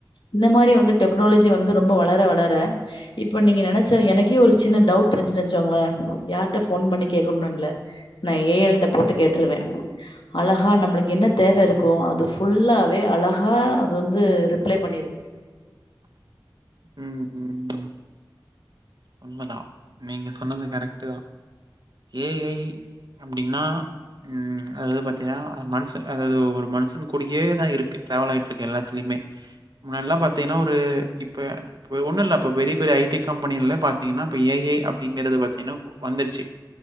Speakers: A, on the left; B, on the right.
A: இந்த மாரி வந்து டெக்னாலஜி வந்து ரொம்ப வளர வளர இப்ப நீங்க நெனச்சாலு எனக்கே ஒரு சின்ன டவுட்ருந்ஞ்சின சோங்களே யார்ட்ட ஃபோன் பண்ணி கேக்கனு இல்ல நா ஏ எல்ட்ட போட்டு கேட்ருவே அலகா நம்ளுக்கு என்ன தேவ இருக்கோ அது ஃபுல்லாவே அலகா அது வந்து ரிப்ளே பண்ணிருது
B: ம் ம் ம் உண்மதா நீங்க சொன்னது கரெக்ட்டு தா ஏஐ அப்டின்னா ம் அது வந்து பாத்தீங்கன்னா மனுச அதாவது ஒரு மனுசன் கூடியேதா இருக்கு ட்ராவல் ஆயிட்ருக்கு எல்லாத்துலயிம் மே முன்னாட்லா பாத்தீங்கன்னா ஒரு இப்ப இப்ப ஒண்ணுல்ல அப்ப பெரிய பெரிய ஐட்டி கம்பெனில பாத்தீங்கன்னா இப்ப ஏ ஐ அப்டிங்கிறது பாத்தீங்கன்னா வந்துருச்சி